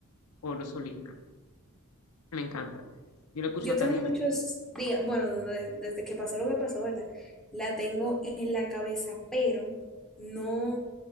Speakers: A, on the left (about 80°); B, in the centre.
A: por Solinka. me encanta. Yo lo escucho
B: Yo
A: hasta
B: tengo
A: 10
B: muchos
A: veces.
B: días, bueno, desde, desde que pasó lo que pasó, ¿verdad? La tengo en la cabeza, pero no,